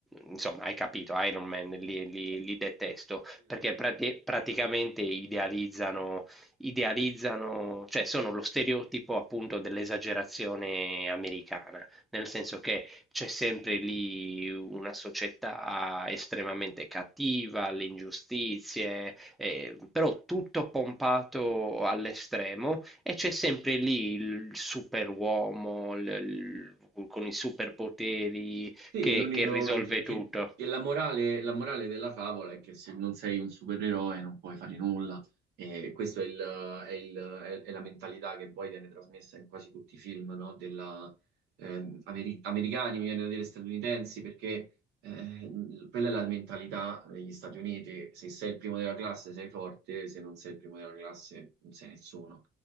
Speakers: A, in the centre; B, on the right.
A: insomma, hai capito, Iron Man, li, li- li detesto, perché prati- praticamente idealizzano, idealizzano, cioè sono lo stereotipo appunto dell'esagerazione americana, nel senso che c'è sempre lì una società estremamente cattiva, le ingiustizie, eh, però tutto pompato all'estremo e c'è sempre lì il superuomo l- l- con i superpoteri
B: Sì,
A: che,
B: l'unico
A: che risolve
B: che, che-
A: tutto.
B: che la morale, la morale della favola è che se non sei un supereroe non puoi fare nulla. E questa è, il- è il- è- è la mentalità che poi viene trasmessa in quasi tutti i film, no? Della, ehm, ameri- americani, mi viene da dire statunitensi, perché eh, l- quella è la mentalità degli Stati Uniti. Se sei il primo della classe sei forte, se non sei il primo della classe non sei nessuno.